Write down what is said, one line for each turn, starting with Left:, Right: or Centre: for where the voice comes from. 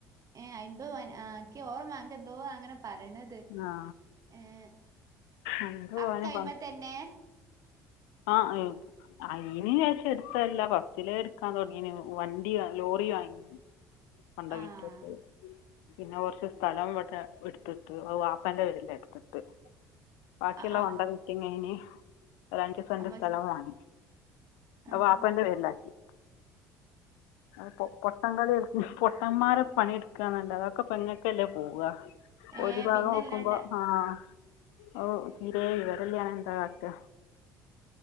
Right: ഏഹ് എൺപത് പവനാ എനിക്കോർമ്മ എനിക്കെന്തോ അങ്ങനെ പറയണത്
Left: ആ
Right: ഏഹ്
Left: അൻപത്
Right: അക്കയ്മതന്നെ
Left: പവന് ആഹ് അയിന് വച്ചെടുത്തല്ല ഫസ്റ്റിലേ എടുക്കാൻ തൊടങ്ങിന് വണ്ടി ലോറിവാങ്ങി ണ്ട്
Right: ആഹ്
Left: വിറ്റൊര്ക്കായ് പിന്നെ കൊറച്ച് സ്ഥലം ഇവിടെ എടുത്തിട്ട് അത് വാപ്പാന്റ പേരില് എടുത്തിട്ട് ബാക്കിയുള്ള
Right: ആഹ് ആഹ്
Left: വേണ്ടാവെക്ക്‌ണേന് ഒരഞ്ച് സെന്റ്
Right: അമ്മ
Left: സ്ഥലംവാങ്ങി അത്
Right: ആഹ്
Left: പാപ്പാന്റെ പേരിലാക്കി അത് പൊട്ടങ്കളി പൊട്ടമ്മാരെ പണിയെട്ക്കാന്നല്ലാതെ അതൊക്കെ പെങ്ങക്കല്ലേ പോവുക
Right: ഏഹ്
Left: ഒരു ഭാഗം
Right: പിന്നല്ലാണ്ട
Left: നോക്കുമ്പൊ ആഹ് ഓഹ് തീരെ വിവരില്ല്യാന്നാ എന്താ കാട്ടാ